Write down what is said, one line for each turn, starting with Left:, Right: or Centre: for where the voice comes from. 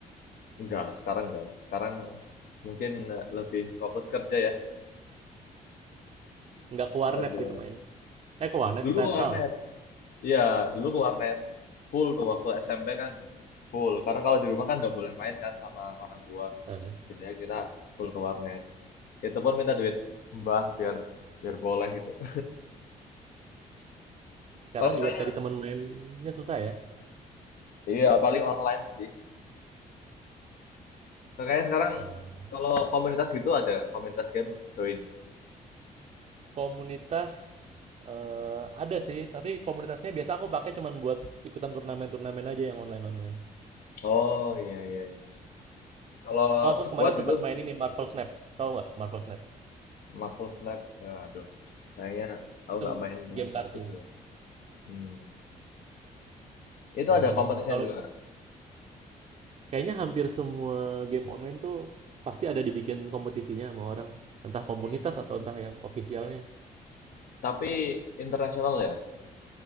Left: nggak sekarang nggak. Sekarang eh, mungkin eh, lebih fokus kerja ya.
Right: Nggak ke warnet
Left: Aduh.
Right: gitu main. Eh ke warnet,
Left: Dulu
Right: rental.
Left: ke warnet. Iya, dulu ke warnet. Full tuh waktu SMP kan full. Karena kalau di rumah kan nggak boleh main kan sama orang tua.
Right: Heeh.
Left: Jadinya kita full ke warnet. Itu pun minta duit mbah biar biar boleh gitu. <laughs>
Right: Sekarang
Left: Kalau kayaknya?
Right: juga cari teman mainnya susah ya.
Left: iya paling online sih. Kakaknya sekarang
Right: Hmm.
Left: kalau komunitas gitu ada komunitas game join.
Right: Komunitas eh, ada sih, tapi komunitasnya biasa aku pakai cuman buat ikutan turnamen-turnamen aja yang online-online.
Left: Oh iya iya iya. Kalau
Right: Oh, aku
Left: squad
Right: kemarin sempat
Left: gitu
Right: main ini Marvel Snap. Tahu nggak Marvel Snap?
Left: Marvel Snap, ya, aduh. Kayaknya aku
Right: Itu
Left: nggak main
Right: game
Left: yang
Right: kartu.
Left: itu ya. Hmm. Itu
Right: Nah,
Left: ada
Right: game
Left: kompetisinya
Right: kalau
Left: juga nggak?
Right: Kayaknya hampir semua game online tuh pasti ada dibikin kompetisinya sama orang. Entah komunitas
Left: Hmm.
Right: atau entah yang ofisialnya.
Left: Tapi internasional ya?